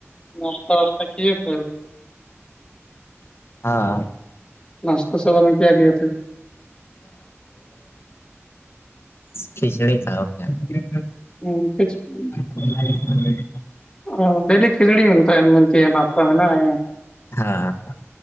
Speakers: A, on the left (about 20°); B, on the left (about 55°).
A: نستہ واسہ ک ف <unintelligible>
B: ہاں
A: ناشتہ سبا میں کیا گئے تھے <unintelligible>
B: کھچڑی کاؤ پ <unintelligible>
A: ہ سکس <unintelligible>
B: <unintelligible>
A: ہ ڈہلی کھچڑی ملتا ہے ملتی ہے بادشہ میں نہ <unintelligible>
B: ہاں